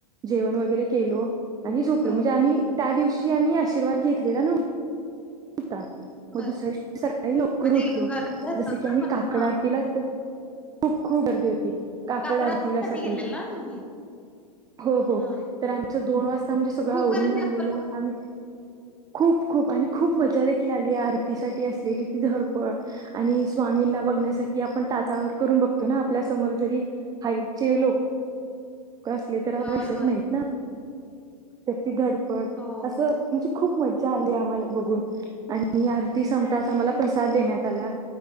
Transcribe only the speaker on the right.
जेवण वगैरे केलो आणि झोपलो
म्हणजे आम्ही त्या दिवशी आम्ही आशीर्वाद घेतलेला न त्या म
दुसऱ्या दिवशी सकाळी लवकर
उठलो
जस की
आम्ही
काकड
आरतीला उठलो खूप खूप गर्दी होती. काकड
आरतीला साठी
हो हो
तर आम अस दोन वाज म्हणजे सगळं
आवरून
झालेलं
आमी खूप खूप आणि खूप मजा देखील आली आरतीसाठी असलेली ती धडपड आणि स्वामींना बघण्यासाठी आपण टाचावर करून बघतो ना आपल्या समोर जरी हाईटचे लोक असले तर एवढ
दिसत
नाहीत ना तर ती धडप पड
अस म्हणजे खूप मजा आली आम्हाला बघून आणि <unintelligible> ती सुंठाचा आम्हाला
प्रसाद देण्यात आला.